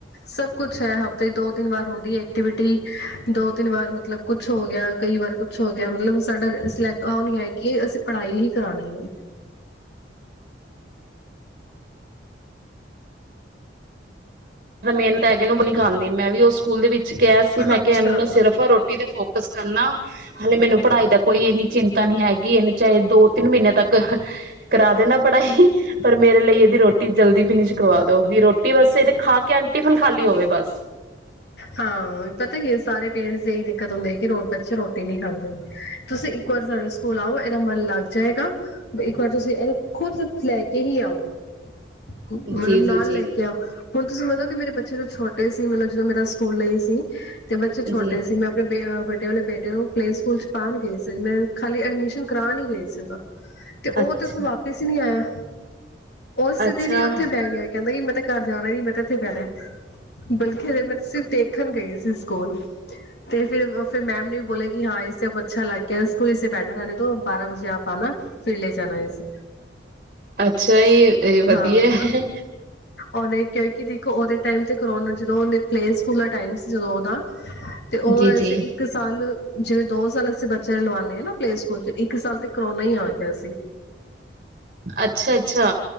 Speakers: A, on the left; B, on the right.
A: ਸਭ ਕੁਛ ਹੈ ਹਫ਼ਤੇ ਦੋ ਤਿੰਨ ਵਾਰ ਹੁੰਦੀ ਐਕਟੀਵਿਟੀ ਦੋ ਤਿੰਨ ਵਾਰ ਮਤਲਬ ਕੁਛ ਹੋ ਗਿਆ ਕਈ ਵਾਰ ਕੁਛ ਹੋ ਗਿਆ ਮਤਲਬ ਸਾਡਾ ਸ ਉਹ ਨੀ ਹੈ ਕਿ ਅਸੀਂ ਪੜ੍ਹਾਈ ਹੀ ਕਰਾਣੀ ਹੈ
B: ਮਿਹਨਤ ਹੈ ਕੇਨੂੰ ਨੀ ਖਾਂਦੀ ਮੈਂ ਵੀ ਉਸ ਸਕੂਲ ਦੇ ਵਿੱਚ ਕਿਹਾ ਸੀ ਮੈਂ
A: ਅੱਛਾ
B: ਕਿਹਾ ਇਹਨੂੰ ਨਾ ਸਿਰਫ ਰੋਟੀ ਤੇ ਫੋਕਸ ਕਰਨਾ। ਹਾਲੇ ਮੈਨੂੰ ਪੜ੍ਹਾਈ ਦਾ ਕੋਈ ਇੰਨੀ ਚਿੰਤਾ ਨੀ ਹੈਗੀ, ਇਹਨੂੰ ਚਾਹੇ ਦੋ ਤਿੰਨ ਮਹੀਨੇ ਤੱਕ ਕਰਾ ਦੇਣਾ ਪੜ੍ਹਾਈ, ਪਰ ਮੇਰੇ ਲਈ ਇਹਦੀ ਰੋਟੀ ਜਲਦੀ ਫਿਨਿਸ਼ ਕਰਵਾ ਦੋ ਵੀ ਰੋਟੀ ਬਸ ਇਹਦੇ ਖਾ ਕੇ ਆ ਟਿਫਨ ਖਾਲੀ ਹੋਵੇ ਬਸ
A: ਹਾਂ ਪਤਾ ਕੀ ਸਾਰੇ ਪੇਰੈਂਟਸ ਦੀ ਇਹੀ ਦਿੱਕਤ ਹੁੰਦੀ ਕਿ ਰ ਬੱਚੇ ਰੋਟੀ ਨਹੀਂ ਖਾਂਦੇ ਤੁਸੀਂ ਇੱਕ ਵਾਰ ਸਾਡੇ ਸਕੂਲ ਆਓ ਇਹਦਾ ਮਨ ਲੱਗ ਜਾਏਗਾ, ਇੱਕ ਵਾਰ ਤੁਸੀਂ ਇਹਨੂੰ ਖੁਦ ਲੈ ਕੇ ਹੀ ਆਓ। ਮਤਲਬ
B: ਜੀ ਜੀ
A: ਨਾਲ
B: ਜੀ
A: ਲੈ ਕੇ ਆ ਹੁਣ ਤੁਸੀਂ ਮਤਲਬ ਮੇਰੇ ਬੱਚੇ ਤੋਂ ਛੋਟੇ ਸੀ ਮਤਲਬ ਜਦੋਂ ਮੇਰਾ ਸਕੂਲ ਨਈ ਸੀ ਤੇ ਬੱਚੇ ਛੋਟੇ
B: ਜੀ
A: ਸੀ ਮੈਂ ਆਪਣੇ ਬੇ ਵੱਡੇ ਵਾਲੇ ਬੇਟੇ ਨੂੰ ਪਲੇਅ ਸਕੂਲ ਚ ਪਾਉਣ ਗਈ ਸੀ। ਮੈਂ ਖਾਲੀ ਐਡਮਿਸ਼ਨ ਕਰਾਨ ਗਈ ਸੀ ਉਹਦਾ। ਤੇ ਉਹ
B: ਅੱਛਾ
A: ਤੇ ਉੱਥੋਂ ਵਾਪਿਸ ਹੀ ਨਹੀ ਆਇਆ। ਉਸ
B: ਅੱਛਾ
A: ਦਿਨ ਨ ਉੱਥੇ ਬਹਿ ਗਿਆ ਕਹਿੰਦਾ ਕਿ ਮੈਂ ਘਰ ਜਾਣਾ ਹੀ ਨਹੀਂ। ਮੈਂ ਇੱਥੇ ਬਿਣਾ ਅਜੇ ਮੈਂ ਬਸ ਸਿਰਫ ਦੇਖਣ ਗਈ ਸੀ। ਸਕੂਲ ਤੇ ਫੇਰ ਫਿਰ ਮੈਮ ਨੂੰ ਵੀ ਬੋਲਿਆ ਕਿ ਹਾਂ ਇਸ ਸਭ ਅੱਛਾ ਲੱਗ ਗਿਆ ਸਕੂਲ ਇਸੇ ਬੈਠਾ ਰਹਿਣੇ ਦੋ ਬਾਹਰਾ ਵਜੇ ਆਪ ਫਿਰ ਲੈ ਜਾਣਾ ਇਸੇ।
B: ਅੱਛਾ ਇਹ ਵਧੀਆ
A: ਹਾਂ
B: ਹੈ।
A: ਉਹਨੇ ਕਿਉਂਕਿ ਦੇਖੋ ਉਹਦੇ ਟਾਈਮ ਤੇ ਕਰਾਉਣਾ ਜਦੋਂ ਉਹਨੇ ਪਲੇ ਸਕੂਲ ਦਾ ਟਾਈਮ ਸੀ ਜਦੋਂ ਉਹਦਾ ਤੇ ਉਦੋਂ
B: ਜੀ
A: ਵੈਸੇ
B: ਜੀ
A: ਇੱਕ ਸਾਲ ਜਿਵੇਂ ਦੋ ਸਾਲ ਅਸੀਂ ਬੱਚੇ ਲਵਾਉਂਦੇ ਹਾਂ ਨਾ ਪਲੇ ਸਕੂਲ ਚ ਇੱਕ ਸਾਲ ਤੇ ਕਰੋਨਾ ਹੀ ਆ ਗਿਆ ਸੀ।
B: ਅੱਛਾ ਅੱਛਾ